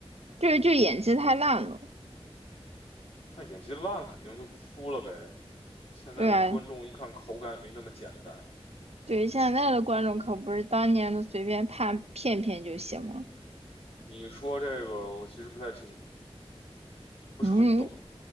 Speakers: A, on the right (about 85°); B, on the left (about 70°).
A: 就是就演技太烂了。
B: 那演技烂肯定就扑了呗。现在的观众一看口感没那么简单。
A: 对啊，对，现在的观众可不是当年的随便判骗骗就行了。
B: 你说这个我其实不太清，不是很懂。
A: 嗯，